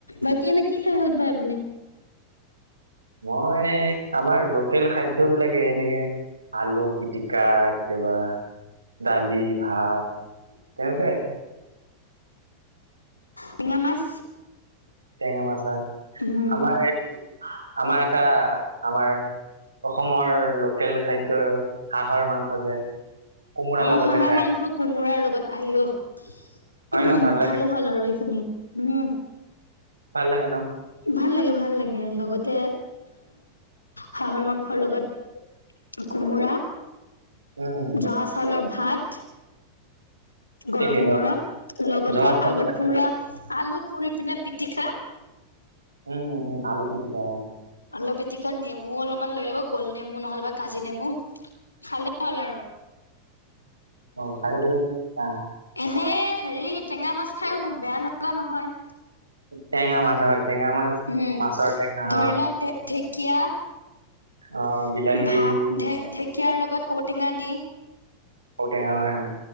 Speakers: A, on the left; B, on the right.
A: বাকী এনে কি খাই ভাল পায় আপুনি?
B: মই এনে আমাৰ লোকেল খাদ্য বিলাকে এনেকে- আলু পিটিকা, কেতিয়াবা ডালি ভাত। তেনেকুৱাই।
A: টেঙা মাছ।
B: টেঙা মাছ হয়
A: উম
B: আমাৰ এইটো আমাৰ এটা আমাৰ। অসমৰ লোকেল খাদ্য হাঁহৰ মাংস যে। কোমোৰাৰ
A: অ
B: লগত
A: হাঁহৰ
B: যে খায়
A: মাংস কোমোৰাৰ লগত আউ অ উহু
B: হয় ন ভাল লাগে
A: খালে। হ'ল আৰু এইখিনি উম।
B: ভাল লাগে ন?
A: ভাল লাগে ভাল লাগে লগতে হাঁহৰ মাংসৰ লগত। কোমোৰা
B: উম উম
A: জহা। অলপ ভাত
B: ঠিকে
A: গৰম
B: অ
A: গৰম লগতে
B: জহা চাউল
A: আলু
B: ভাত
A: পোৰা। আলু পুৰি পিনে পিটিকা।
B: উম উম উম আলু পিঠিকা।
A: আলু পিটিকাত নেমু অলপমান লৈ ল'ব গোল নেমু নহ'লেব কাজি নেমু। খালে ভাল আৰু।
B: অ আলু তুমি খোৱা।
A: এনে হেৰি টেঙা মাছ খায়ো বেয়া নলগা নহয়।
B: টেঙা মাছ হয় টেঙা মাছ।
A: উম
B: মাছৰ টেঙা
A: ধৰি
B: অ
A: লওক ঢেকীয়া।
B: অ
A: ঢেকীয়াৰ
B: বিলাহী
A: লগত ঔটেঙা দি।
B: ঔটেঙা হয় হয়।